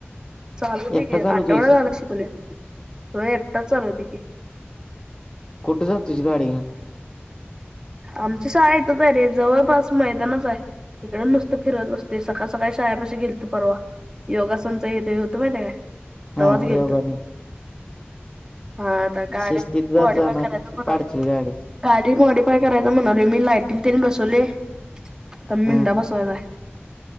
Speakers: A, on the right; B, on the left.
A: चालूते
B: एकटा
A: गे
B: चालवतोयस
A: आठवडा झाला शिकलोय हो एकटाच चालवतोय की.
B: कुठे जातुइस गाडी घेऊन.
A: आमच्या शाळेतच आहे रे जवळपास मैदानाच आहे. तिकड नसतं फिरत बसतो सकाळ सकाळी शाळेपाशी गेलतो परवा. योगासनच हितं हे होत माहित्या काय
B: हा
A: तवाच गेलतो.
B: योगा दिन
A: हा आता गाडी
B: शिस्तीत जात
A: मॉडीफाय
B: जा नाही
A: करायच म्हणाली
B: पाडशील गाडी.
A: गाडी मॉडीफाय करायच म्हणाली मी लाईट किमतीने बसवले आता मिंडा
B: हा
A: बसवायचाय.